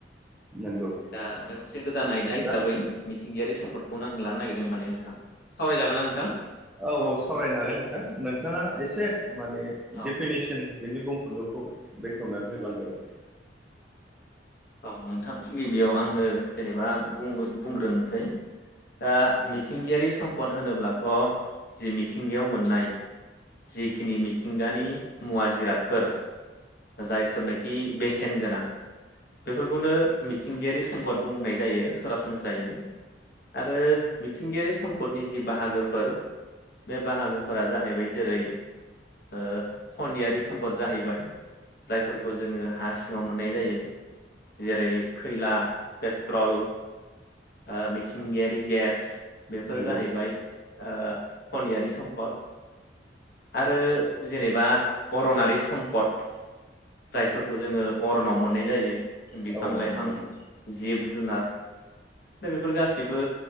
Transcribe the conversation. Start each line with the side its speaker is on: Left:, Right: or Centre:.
Centre: नंगौ
Left: दा बे मोनसे गोदान आयदा हिसाबै
Centre: दा
Left: मिथिंगायारि सम्दखौनो आं लानो नागिरदों माने नोंथां सावरायजागोन ना नोंथां?
Centre: औ औ सावरायनो हागोन नोंथां नोंथांङा एसे माने
Left: औ
Centre: डफिनेसन बिनि बुंफलुखौ बेखेवनानै होबानो जाबाय
Left: औ नोंथां गिबियाव आंनो जेनेबा बुंग्रोनोसै दा मिथिंगायारि सम्पद होनोब्लाथ' जि मिथिंगायाव मोननाय जखिनि मिथिंगानि मुवा जिरादफोर जायफोरनोखि बेसेन गोनां बेफोरखौनो मिथिंगायारि सम्पद बुंनाय जायो सरासनस्रायै आरो मिथिंगायारि सम्पदनि जि बाहागोफोर बे बाहागोफोरा जाहैबाय जेरै ओ खनियारि सम्पद जाहैबाय जायफोरखौ जोङो हा सिङाव मोन नाय जायो जेरै खैला पेट्रल। ओ मिथिंगायारि गेस बेफोरो
Centre: नंगौ
Left: जाहैबाय। ओ खनियारि सम्पद। आरो जेनेबा अरनारि सम्पद। जायफोरखौ जोङो अरनाव मोननाय जायो बिफां
Centre: औ
Left: लाइफां।
Centre: नंगौ
Left: जिब जुनार दा बेफोर गासैबो